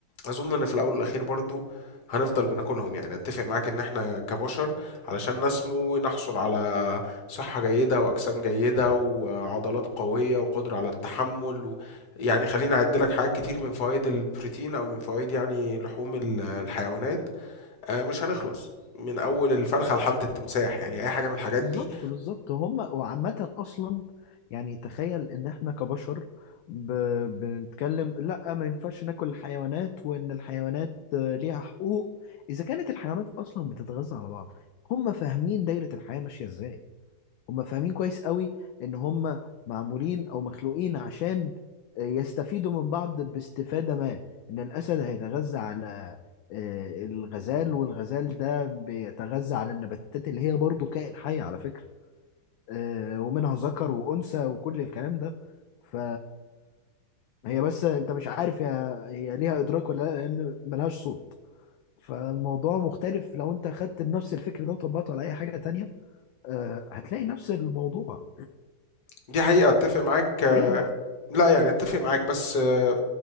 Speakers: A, on the left; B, on the left.
A: اظن ان في الاول والاخير برضو هنفضل بناكلهم يعني اتفق معاك ان احنا كبشر علشان نسمو نحصل على صحة جيدة واجسام جيدة وعضلات قوية وقدرة على التحمل و... يعني خليني اعد لك حاجات كتير من فوائد البروتين او من فوائد يعني لحوم ال- الحيوانات آه، مش هنخلص من اول الفرخة لحد التمساح يعني اي حاجة من الحاجات
B: بالظبط
A: دي
B: بالظبط هما وعامة أصلا يعني تخيل إن إحنا كبشر ب... بنتكلم لأ ما ينفعش ناكل الحيوانات وإن الحيوانات آه، ليها حقوق إذا كانت الحيوانات أصلا بتتغذى على بعض هما فاهمين دايرة الحياة ماشية إزاي هم فاهمين كويس قوي ان هم معمولين او مخلوقين عشان آه، يستفيدوا من بعض باستفادة ما ان الاسد هيتغذى على آه، الغزال والغزال ده بيتغذى على النباتات اللي هي برضو كائن حي على فكرة آه، ومنها ذكر وانثى وكل الكلام ده ف هي بس انت مش عارف هي هي ليها ادراك ولا لا لان ملهاش صوت فالموضوع مختلف لو انت خدت بنفس الفكر ده وطبقته على اي حاجة تانية آه، هتلاقي نفس الموضوع
A: دي حقيقة اتفق معاك
B: ليه بقى
A: لا يعني اتفق معاك بس آه،